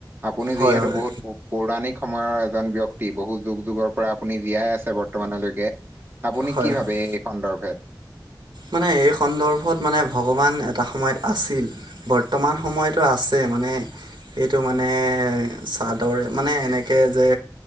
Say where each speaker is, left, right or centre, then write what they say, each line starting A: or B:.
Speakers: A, on the right; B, on the right.
A: আপুনি
B: হয়
A: যিহেতু
B: হয়
A: বহুত পৌ পৌৰাণিক সময়ৰ এজন ব্যক্তি। বহু যুগ যুগৰ পৰা আপুনি জীয়াই আছে বৰ্তমানলৈকে। আপুনি
B: হয়
A: কি ভাবে
B: হয়
A: এই সন্দৰ্ভেত?
B: মানে এই সন্দৰ্ভত মানে ভগৱান এটা সময়ত আছিল। বৰ্তমান সময়তো আছে মানে সেইটো মানে এ চাটৰ মানে এনেকে যে